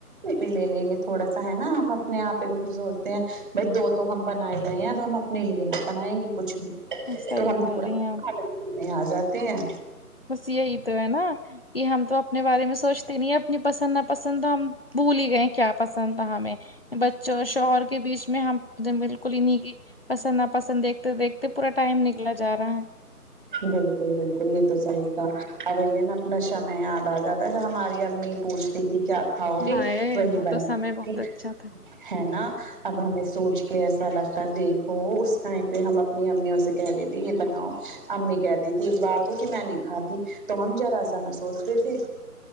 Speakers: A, on the right; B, on the left.
A: بھی لے لیں گے تھوڑا سا ہے نا ہم اپنے آپ ہی کو پھر سوچتے ہیں بھائی دو تو ہم بنا ہی رہے ہیں اب ہم اپنے لیے نا بنائیں گے کچھ بھی
B: صحیح
A: تو ہم
B: بول
A: تھوڑا
B: رہی ہیں آپ
A: آ جاتے ہیں
B: بس یہ ہی تو ہے نا یہ ہم تو اپنے بارے میں سوچتے نہیں ہے اپنی پسند نا پسند تو ہم بھول ہی گئے کیا پسند تھا ہمیں بچوں اور شوہر کے بیچ میں اس میں ہم بلکل انہیں کی پسند نہ پسند دیکھتے دیکھتے پورا ٹائم نکلا جا رہا ہے
A: بلکل بلکل یہ تو سہی کھا اب اپنا شمعے یاد آ جاتا ہے جو ہماری امی پوچھتی تھی کیا کھاؤ
B: ہے
A: گے
B: ہائے
A: وہی
B: وہ
A: بنا
B: تو سمے بہت اچھا تھا
A: ہے نا اب ہمیں سوچ کے ایسا لگتا دیکھو اس ٹائم پہ ہم اپنی امیوں سے کہہ دیتے یہ بناؤ امی کہتی تھی ایک بار کو کہ میں نہیں کھاتی تو ہم جارا سا نہ سوچتے تھے